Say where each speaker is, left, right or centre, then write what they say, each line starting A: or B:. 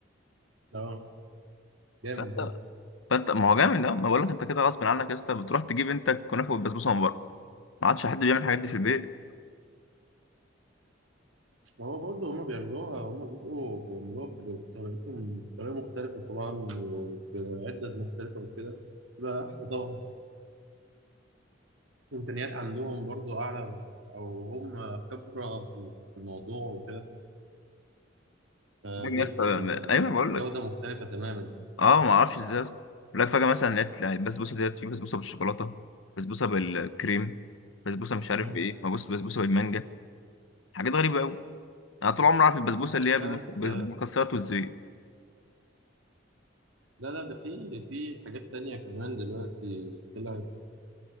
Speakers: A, on the right; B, on the left.
A: أه جامد
B: فانت
A: ده
B: فانت ما هو جامد ده ما بقول لك انت كده غصب عنك يا اسطى بتروح تجيب انت الكنافه والبسبوسه من بره ما عادش حد بيعمل الحاجات دي في البيت
A: هو برضه هما بيعملوها هما بيبقوا بيعملوها بطريقتهم بطريقة مختلفة طبعا وبعدد مختلفة وكده تبقى أحلى طبعا إمكانيات عندهم برضو أعلى أو هم خبرة في في الموضوع وكده فبيبقى
B: فجاه يا اسطى
A: ال-
B: ايوه بقول
A: الجودة
B: لك
A: مختلفة تماما يعني
B: اه ما اعرفش ازاي يا اسطى بقول لك فجاه مثلا لقيت يعني البسبوسه ديت في بسبوسه بالشوكولاته بسبوسه بالكريم بسبوسه مش عارف
A: أمم،
B: بايه ما بص بسبوسه بالمانجا حاجات غريبه قوي انا طول عمري عارف البسبوسه اللي هي
A: لا
B: بالم-
A: أنت
B: بالمكسرات والزبيب
A: لا لا ده في في حاجات تانية كمان دلوقتي طلعت